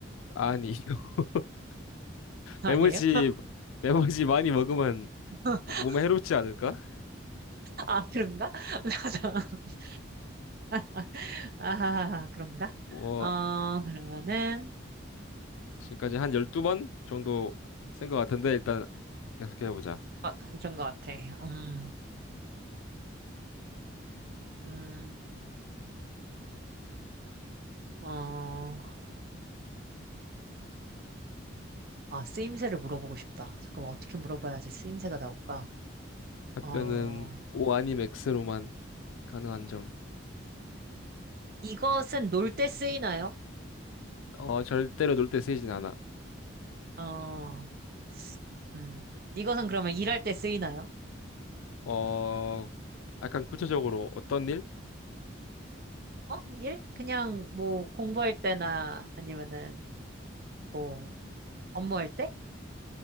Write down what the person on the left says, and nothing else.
아니, <laughs>
메모지, 메모지 많이 먹으면
몸에 해롭지 않을까?
뭐
지금까지 한 12번 정도 쓴 것 같은데 일단 계속해보자.
답변은
O 아님 X로만 가능한 점.
어, 절대로 놀 때 쓰이진 않아.
어, 약간 구체적으로 어떤 일?